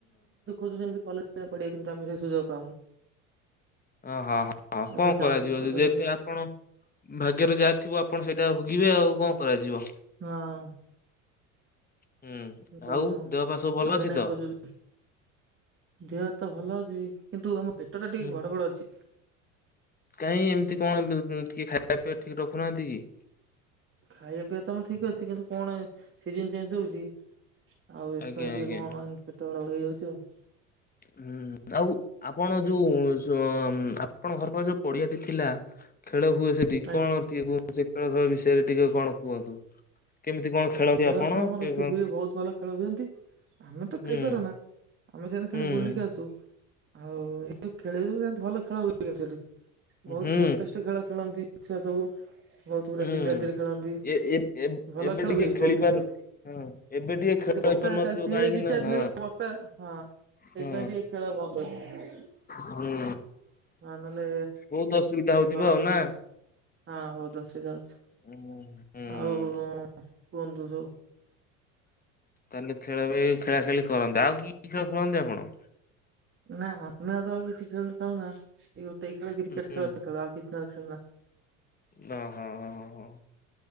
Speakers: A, on the right (about 30°); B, on the left (about 20°).
A: ତୁ ଯେମିତି କଲେ ଜ୍ ପଢ଼ିବାକୁ କିନ୍ତୁ ଆମେ ସେ ସୁଯୋଗ ପାଉନୁ।
B: ଅ ହଁ ହ ହ
A: ଏବେ
B: କଣ
A: ଚାହୁଁଛୁ
B: କରାଯିବ
A: କଲେଜ
B: ଯଦି ଯେହେତୁ
A: ପଢିବା
B: ଆପଣ ଭାଗ୍ୟରେ ଯାହା ଥିବ ଆପଣ ସେଇଟା ଭୋଗିବେ ଆଉ କଣ କରାଯିବ।
A: ହଁ।
B: ହୁଁ
A: କିନ୍ତୁ
B: ଆଉ ଦେହ ପା ସବୁ ଭଲ
A: ଆମେ
B: ଅଛି
A: ଏନା
B: ତ?
A: ଖୋଜୁଛୁ ଦେହ ତ ଭଲ ଅଛି। କିନ୍ତୁ ଆମ ପେଟ ଟା ଟିକେ
B: ହୁଁ
A: ଗଡବଡ ଅଛି।
B: କାହିଁ ଏମିତି କଣ ଟିକେ ଖାଇବା ପିଇବା ଠିକ୍ ରଖୁନାହାନ୍ତି କି?
A: ଖାଇବା ପିଇବା ତ ମୁଁ ଠିକ୍ ଅଛି କିନ୍ତୁ କଣ ସିଜିନ୍ ଚେଞ୍ଜ ହଉଛି। ଆଉ ଏଥିପାଇଁ
B: ଆଜ୍ଞା
A: ଟିକେ
B: ଆଜ୍ଞା
A: କଣ ପେଟ ଗଡ଼ ବଡ ହେଇ ଯାଉଛି ଆଉ।
B: ହୁଁ ଆଉ ଆପଣ ଯୋଉ ସ ଆପଣ ଘର ପାଖରେ ଯୋଉ ପଡିଆଟି ଥିଲା ଖେଳ ହୁଏ ସେଠି।
A: ଆଜ୍ଞା
B: କଣ ଟିକେ କୁହନ୍ତୁ ସେ ଖେଳ ଖେଳ ବିଷୟରେ ଟିକେ କଣ କୁହନ୍ତୁ? କେମିତି କଣ ଖେଳନ୍ତି
A: ଖେଳ
B: ଆପଣ?
A: ତ ଆମର
B: କେ
A: ଏଠି
B: ହୁଁ
A: ହୁଏ, ବୋହୁତ୍ ଭଲ ଖେଳ ହୁଏନ୍ତି, ଆମେ ତ
B: ହୁଁ
A: ଖେଳି ପାରୁନା ଆମେ ସେମିତି ଖାଲି
B: ହୁଁ
A: ବୁଲିକି ଆସୁ, ଆଉ ଏ ଯଉ ଖେଳ ଭଲ ଖେଳ ହୁଏ ସେଠି। ବୋହୁତ୍
B: ହୁଁ
A: କଣ୍ଟେଷ୍ଟ ଖେଳ ଖେଳନ୍ତି ଛୁଆ ସବୁ। ବୋହୁତ୍ ପୁରା
B: ହୁଁ
A: ଯିଦା ଯିଦିରେ ଖେଳନ୍ତି।
B: ଏ ଏ ଏ
A: ଭଲ
B: ଏବେ
A: ଖେଳ
B: ଟିକେ
A: ହୁଏ
B: ଖେଳି
A: ବୋହୁତ୍
B: ପାରୁ
A: ଖେଳୁ,
B: ହଁ ଏବେ ଟିକେ ଖେଳ
A: ଏଠି ବର୍ଷା
B: ହେଇପାରୁନଥିବ
A: ଚାଲିଛି ହେଇଯାଇ
B: କାହିଁକି
A: ଦି
B: ନା
A: ଚାରି
B: ହଁ
A: ଦିନ ହେଲା ବର୍ଷା ହଁ ସେଇଥିପାଇଁ
B: ହଁ
A: ଟିକେ ଖେଳ ବନ୍ଦ ଅଛି।
B: ହୁଁ
A: ହଁ ନହେଲେ
B: ବୋହୁତ୍ ଅସୁବିଧା ହଉଥିବ
A: ଭଲ
B: ଆଉ
A: ସବୁ
B: ନା?
A: ଥିଲା ହଁ ବହୁତ୍ ଅସୁବିଧା ହଉଚି।
B: ହୁଁ। ହୁଁ।
A: ଆଉ କୁହନ୍ତୁ ସବୁ?
B: ତାହେଲେ ଖେଳ ବି ଖେଳା ଖେଳି କରନ୍ତି। ଆଉ କି କି ଖେଳ ଖେଳନ୍ତି ଆପଣ?
A: ନା ଆମେ ଆଉ ଜମା କିଛି ଖେଳ ଖେଳୁନା। ଏଇ ଗୋଟେ ଖେଳ କ୍ରିକେଟ
B: ହୁଁ
A: ଖେଳ ଖେଳୁ ଆଉ କିଛି ଖେଳ ଖେଳୁନା।
B: ନା, ହଁ ହଁ ହଁ ହଁ।